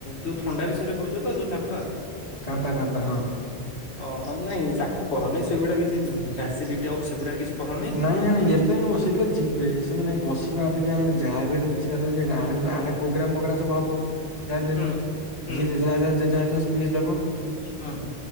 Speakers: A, on the left; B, on the left.
A: ଯୋଉ ଥଣ୍ଡା ବିଷୟରେ କହୁଛ ତ ଯୋଉ ଚାମ୍ପା।
B: କାମ୍ପା କାମ୍ପା ହଁ।
A: ଅ ନାଇଁ ତାକୁ କର ନାଇଁ ସେଗୁଡା କିଛି ଆସିଡିଟି ହବ ସେଗୁଡା କିଛି କରନି।
B: ନାଇଁ ନାଇଁ ନାଇଁ
A: ହଁ
B: ଏବେନୁଅ
A: ଯେ-
B: ସେ ଯେତେବେଳେ ଯିବେ ସେମାନେ ବସିବା ଅପେକ୍ଷା ଯାହାବି ହେଲେ କିଛିଟା ଆ ଆଡେ ପ୍ରୋଗ୍ରାମ ବଗେରା ସବୁ ହବ ଯାହା ବି ହେଲେ
A: ହୁଁ ହୁଁ
B: ଯିଏ ଯେଝା ଯେଝା ଯେଝା ଯେଝା ସ୍ପିଚ ଦବ।
A: ହଁ।